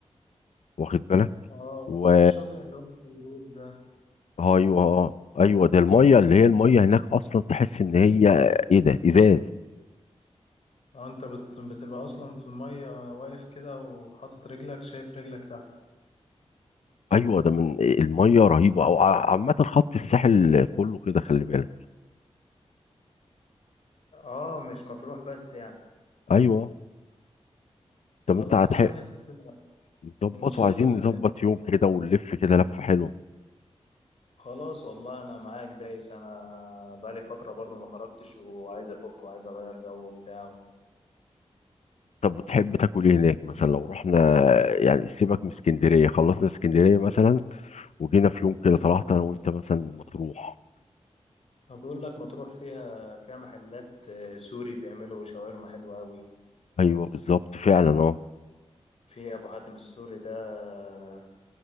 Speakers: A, on the left; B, on the left.
A: واخد بالك
B: اه
A: و
B: في شاطئ اللي هو الفيروز ده
A: ايوه ايوه ده الميه اللي هي الميه هناك اصلا تحس ان هي ايه ده ازاز
B: اه انت بت... بتبقى اصلا في المية واقف كده وحاطط رجلك شايف رجلك تحت
A: ايوه ده من الميه رهيبه او ع- عامه خط الساحل كله كده خلي بالك
B: اه مش مطروح بس يعني
A: ايوه
B: خلاص
A: طب انت هتحق
B: يا عم انت
A: نظبط
B: نشوف
A: وعايزين
B: ال...
A: نظبط يوم كده ونلف كده لفه حلوه
B: خلاص والله انا معاك دايس انا بقالي فترة برضو ما خرجتش وعايز افك وعايز اغير جو وبتاع
A: طب وتحب تاكل ايه هناك مثلا لو رحنا يعني سيبك من اسكندريه خلصنا اسكندريه مثلا وجينا في يوم كده طلعت انا وانت مثلا مطروح
B: ما بيقول لك مطروح فيها فيها محلات آه، سوري بيعملوا شاورما حلوة أوي
A: ايوه بالظبط فعلا اه
B: في أبو حاتم السوري ده آه،